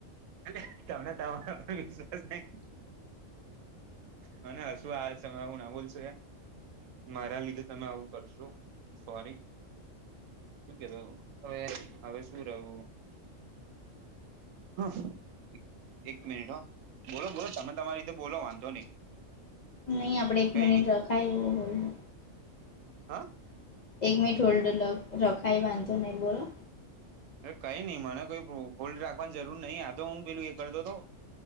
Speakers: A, on the right (about 80°); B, on the left (about 60°).
A: અને તમને તમારો પર વિશ્વાસ નહી. મને હશું આવે છે એવુ ના બોલશો યાર. મારા લીધે તમે આવું કરશો સોરી. શું કેતો હવે હવે શું રહું. હ એક મિનિટ હ બોલો બોલો તમે તમારી રીતે બોલો વાંધો નહી.
B: નહી આપડે એક
A: કઈ
B: મિનિટ
A: નઈ
B: રખાય એવું બોલુ.
A: હા.
B: એક મીઠ હોલ્ડ લગ રખાય બાંધો નહી બોલો
A: કઈ નહી મને કોઈ બો હોલ્ડ રાખવાની જરૂર નહી આ તો હું પેલું એ કરતો હતો.